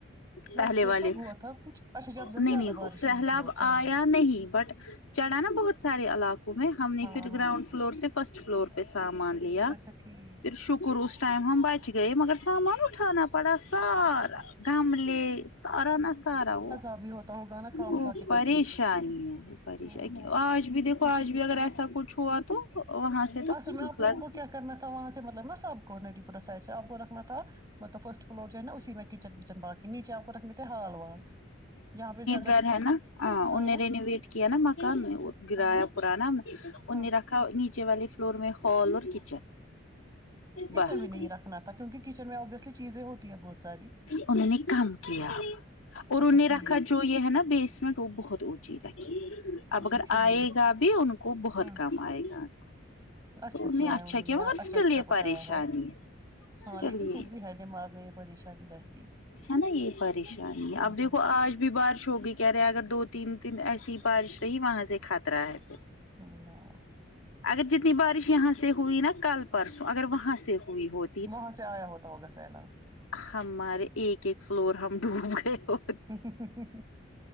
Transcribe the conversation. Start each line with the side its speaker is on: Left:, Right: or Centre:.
Right: لاسٹ
Left: پہلے
Right: ایئر
Left: والے
Right: کب ہوا تھا کچھ اچھا جب جم
Left: نہیں
Right: زیادہ
Left: نہیں
Right: بارش
Left: ہو سہلاب
Right: ہوئی بہت ہاں
Left: آیا نہیں بٹ چڑھا نا بہت سارے علاقوں میں ہم نے
Right: ہاں
Left: پھر
Right: ہاں
Left: گراؤنڈ فلور سے فسٹ فلور پہ سامان لیا
Right: اچھا ٹھیک
Left: پھر شکر اس ٹائم ہم بچ گئے مگر سامان اٹھانہ پڑا سارا گملے سارا نہ سارا ہو
Right: ابھی ہوتا ہوگا نا خام
Left: وہ
Right: خواہ کی
Left: پریشانی
Right: تکلیف
Left: ہے وہ پریشانی
Right: ہاں ہاں
Left: آج بھی دیکھو آج بھی اگر ایسا کچھ ہوا تو وہاں سے تو
Right: اصل
Left: فلڈ
Right: میں آپ لوگوں
Left: ہوں
Right: کو کیا کرنا تھا وہاں سے مطلب نا سب کو نڈی پورہ سائڈ سے آپ کو رکھنا تھا مطلب فرسٹ فلور جو ہے نا اسی میں کچن وچن باقی نیچے آپ کو رکھنے تھے ہال والا یہاں پہ زیادہ
Left: گھر ہے نہ
Right: ہاں
Left: ان رینوویٹ کیا نا مکان گرایا
Right: ہاں
Left: پرانا اننی
Right: ہاں
Left: رکھ نیچے والے فلور میں ہال اور کچن
Right: کچن
Left: بس
Right: بھی نہیں رکھنا تھا کیونکہ کچن میں ابویسلی چیزیں ہوتی ہے بہت ساری
Left: ان ہونے کم کیا اور
Right: اچھا
Left: ان نے
Right: ٹھیک
Left: رکھا جو یہ ہے نا بیسمنٹ وہ بہت اونچی رکھی اب
Right: اچھا
Left: اگر
Right: ٹھیک
Left: آئے گا بھی ان کو بہت
Right: ہاں
Left: کام آئے گا
Right: اچھا
Left: تو انہیں
Right: کیا ہے انہوں نے
Left: مگر
Right: اچھا
Left: اسٹل
Right: اسٹپ
Left: یہ
Right: اٹھایا
Left: پریشانی
Right: ہے
Left: اسٹل
Right: ہاں لیکن
Left: یہ
Right: پھر بھی ہے دماغ میں یہ پریشانی رہے
Left: ہے نا یہ پریشانی ہے اب دیکھو
Right: ہاں
Left: آج بھی بارش ہوگی کہہ رہے ہیں اگر دو تین دن ایسی ہی بارش رہی وہاں سے خطرہ ہے پھر
Right: اللہ
Left: اگر جتنی بارش یہاں سے ہوئی نا کل پرسوں اگر وہاں سے ہوئی ہو
Right: وہاں سے آیا ہوتا ہوگا سیلاب
Left: ہمارے ایک ایک فلور ہم ڈوب گئے ہو
Right: سیلاب